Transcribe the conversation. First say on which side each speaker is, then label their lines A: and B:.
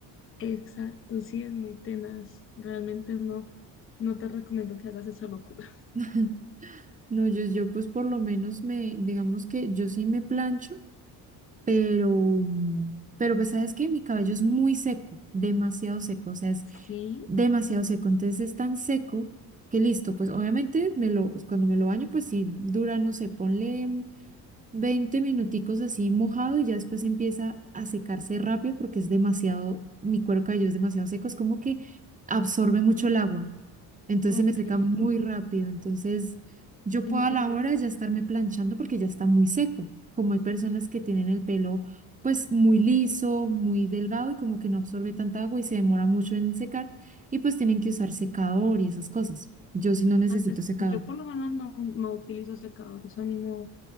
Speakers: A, on the left; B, on the right.
A: Exacto, sí, es muy tenaz. Realmente no, no te recomiendo que hagas esa locura.
B: <laughs> No, yo, yo pues por lo menos me, digamos que yo sí me plancho pero, mm, pero pues sabes que mi cabello es muy seco, demasiado seco, o sea, es
A: Sí,
B: demasiado seco, entonces es tan seco que listo, pues obviamente me lo, cuando me lo baño, pues sí dura, no sé, ponle 20 minuticos así mojado y ya después empieza a secarse rápido porque es demasiado, mi cuero cabelludo es demasiado seco, es como que absorbe mucho el agua. Entonces
A: ok,
B: se me seca muy rápido. Entonces yo puedo
A: entiendo,
B: a la hora
A: entiendo.
B: ya estarme planchando porque ya está muy seco. Como hay personas que tienen el pelo pues muy liso, muy delgado y como que no absorbe tanta agua y se demora mucho en secar y pues tienen que usar secador y esas cosas. Yo sí no necesito
A: Ay, pues,
B: secador.
A: yo por lo menos no, no utilizo secador, eso a mí no,